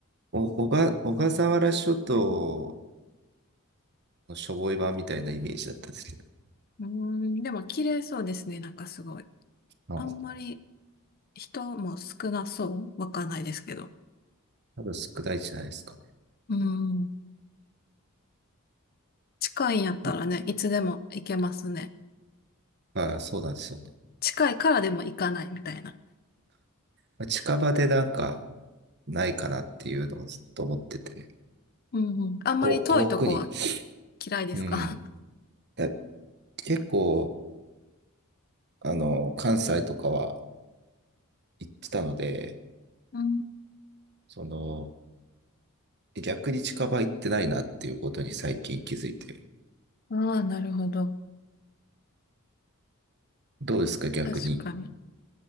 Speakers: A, on the right; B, on the left.
A: お、小が、小笠原諸島のしょぼい版みたいなイメージだったんですけ
B: うーん、でも綺麗そうですね。なんかすごい。
A: ど。はい。
B: あんまり人も少なそう。わかんないですけど。
A: 多分少ないじゃないですか
B: うーん、近いんやったらね、
A: ね。
B: いつでも行けますね。
A: まあ、そうなんですよね。
B: 近いからでも行かないみたいな。
A: まあ近場でなんか、ないかなっていうのをずっと思ってて。
B: うんうん。あんまり遠いとこは
A: と、遠くに。
B: 嫌いですか
A: うん。や結構、あの、関西とかは行ってたので、
B: <laughs> うん。
A: その、逆に近場行ってないなっていうことに最近気づいて。
B: ああ、なるほど。
A: どうですか、逆に。
B: 確かに。